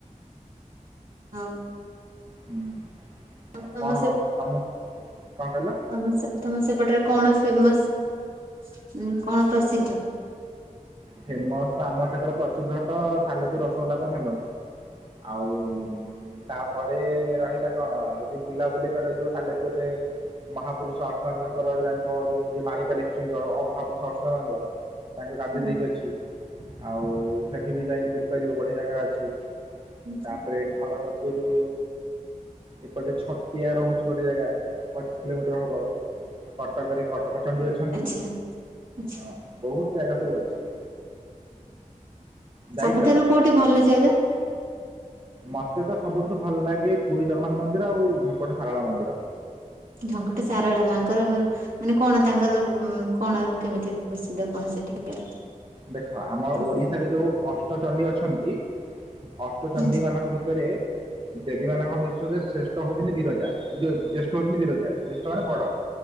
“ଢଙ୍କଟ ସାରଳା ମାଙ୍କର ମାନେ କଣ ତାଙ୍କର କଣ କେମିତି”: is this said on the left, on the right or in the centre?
Right